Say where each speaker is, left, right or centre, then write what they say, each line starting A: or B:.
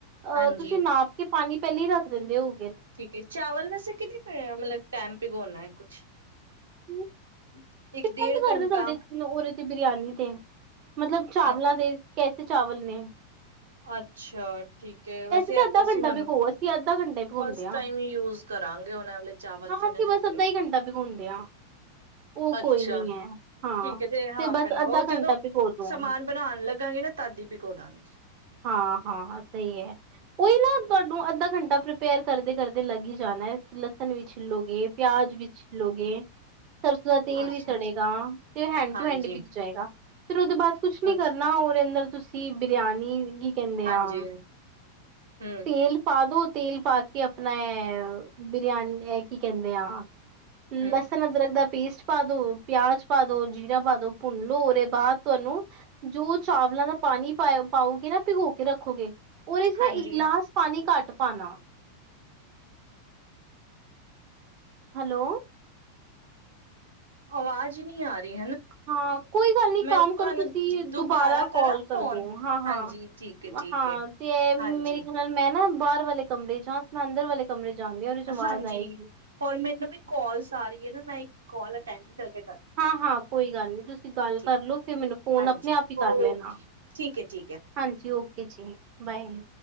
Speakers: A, on the right; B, on the right.
A: ਅਹ
B: ਹਾਂਜੀ
A: ਤੁਸੀਂ ਨਾਪ ਕੇ ਪਾਣੀ ਪਹਿਲੇ ਹੀ ਰੱਖ ਦਿੰਦੇ ਹੋ
B: ਠੀ ਚਾਵਲ ਵੈਸੇ ਕਿਨੇ ਕ ਮਤਲਬ ਟਾਈਮ ਪੀਗਉਣਾ ਕੁਛ
A: ਕੀ
B: <inaudible>
A: ਮਤ ਕਰਦਾ
B: ਘੰਟਾ
A: ਤੁਹਾਡੇ ਉਰੇ ਤੇ ਬਿਰਆਨੀ ਤੇ ਮਤਲਬ ਚਾਵਲਾਂ
B: ਹਾਂ
A: ਦੇ ਕੈਸੇ ਚਾਵਲ ਨੇ
B: ਅੱਛਾ ਠੀਕ ਵੈਸੇ
A: ਤਾਂ
B: ਇ
A: ਅੱਧਾ
B: ਅਸੀਂ
A: ਘੰਟਾ
B: ਹ
A: ਭਿਗੋ ਅਸੀਂ ਅੱਧਾ ਘੰਟਾ ਹੀ ਭਿਗਾਉਂਦੇ
B: ਫਸਟ
A: ਹਾਂ
B: ਟਮ ਯੂਜ ਕਰਾਂਗੇ ਵਾਲੇ ਚਾਵਲ
A: ਹਾਂ
B: ਤੇ ਨੇ
A: ਅਸੀਂ
B: ਦਿੱਤੇ
A: ਬਸ ਅੱਧਾ
B: ਨੇ
A: ਹੀ ਘੰਟਾ ਭਿਗਾਉਂਦੇ ਹਾਂ ਉਹ
B: ਅੱਛਾ
A: ਕੋਈ ਨਹੀਂ ਹੈ ਹਾਂ
B: ਠੀਕ ਤੇ ਹਾਫ
A: ਬਸ ਅੱਧਾ
B: ਉਹ ਜਦੋ
A: ਘੰਟਾ ਭਿਗੋ ਦੋ
B: ਸਮਾਨ ਬਣਾਾਨ ਲੱਗਾਾਂਗੇ ਨਾ ਤਦੀ ਭਿਗੋ ਦਾਂਗੀ
A: ਹਾਂ ਹਾਂ ਹਾਂ ਸਹੀ ਹੈ ਕੋਈ ਨਾ ਤੁਹਾਨੂੰ ਅੱਧਾ ਘੰਟਾ ਪ੍ਰਪੇਅਰ ਕਰਦੇ ਕਰਦੇ ਲੱਗ ਹੀ ਜਾਣਾ ਲਸਣ ਵੀ ਛਿੱਲੋਗੇ ਪਿਆਜ ਵੀ ਛਿੱਲੋਗੇ ਸਰਸੋਂ ਦਾ ਤੇਲ
B: ਅੱਛਾ
A: ਵੀ ਸੜੇਗਾ ਤੇ ਹੈਂਡ
B: ਹਾਂਜੀ
A: ਟੂ ਹੈਂਡ ਵਿਕ ਜਾਏਗਾ ਫਿਰ ਉਹਦੇ ਬਾਅਦ ਕੁਛ ਨੀ
B: ਅੱਛਾ,
A: ਕਰਨਾ ਰ ਅੰਦਰ ਤੁਸੀਂ ਬਰਿਆਨੀ ਕੀ ਕਹਿੰਦੇ
B: ਹਾਂਜੀ,
A: ਆ
B: ਹੂੰ,
A: ਤੇਲ ਪਾ ਦੋ ਤੇਲ ਪਾ ਕੇ ਆਪਣਾ ਬਿਰਿਆਨੀ ਇਹ ਕੀ ਕਹਿੰਦੇ ਆ ਹਮ
B: ਹੂੰ,
A: ਬੱਸਨਾ ਦੁਰਗ ਦ ਪੇਸਟ ਪਾ ਦੋ ਪਿਆਜ ਪਾ ਦੋ ਜੀਰਾ ਪਾ ਦੋ ਭੁੰਨੋ ਉਹਦੇ ਬਾਅਦ ਤੁਹਾਨੂੰ ਜੋ ਚਾਵਲਾਂ ਦਾ ਪਾਣੀ ਪਾਇਆ ਪਾਓ ਨਾ ਭਿਗੋ ਕੇ ਰੱਖੋਗੇ ਰ ਇਸਮੇ
B: ਹਾਂਜੀ।
A: ਇੱਕ ਗਲਾਸ ਪਾਣੀ ਘੱਟ ਪਾਉਣਾ ਹੈਲੋ
B: ਆਵਾਜ਼ ਨਹੀਂ ਆ ਰਹੀ ਹਨਾ
A: ਹਾਂ ਕੋਈ ਗੱਲ ਨੀ
B: ਮੈਂ
A: ਕੰਮ
B: ਤੁਹਾਨੂੰ
A: ਕਰੋ ਤੁਸੀਂ ਦੁਬਾਰਾ
B: ਕਰਾਂ
A: ਕਾਲ ਕਰਦੋ
B: ਫੋਨ?
A: ਹਾਂ ਹਾਂ
B: ਹਾਂਜੀ, ਠੀਕ ਏ, ਠੀਕ
A: ਹਾਂ
B: ਏ,
A: ਤੇ
B: ਹਾਂਜੀ,
A: ਮੇਰੇ ਖਿਆਲ ਨਾਲ ਮੈਂ ਨਾ ਬਾਹਰ ਵਾਲੇ ਕਮਰੇ ਜਾਂ ਸਮ ਅੰਦਰ ਵਾਲੇ ਕਮਰੇ ਜਾਂਦੀ ਆ ਉਹਦੇ ਚ ਆਵਾਜ਼
B: ਹਾਂਜੀ
A: ਆਏਗੀ।
B: ਹੋਰ ਮੈਨੂੰ ਵੀ ਕੋਲਸ ਆ ਰਹੀ ਹੈ ਨਾ ਮੈਂ ਕਲ ਟਾਈਮ
A: ਹਾਂ ਹਾਂ ਕੋਈ ਗੱਲ ਨੀ ਤੁਸੀਂ ਗੱਲ
B: ਠੀਕ,
A: ਕਰਲਓ ਫਿਰ ਮੈਨੂੰ ਫੋਨ
B: ਹਾਂਜੀ,
A: ਆਪਣੇ ਆਪ ਹੀ ਕਰ
B: ਓਕੇ,
A: ਲੈਣਾ
B: ਠੀਕ ਏ, ਠੀਕ ਏ।
A: ਹਾਂਜੀ ਓਕੇ ਕਿ ਜੀ ਬਏ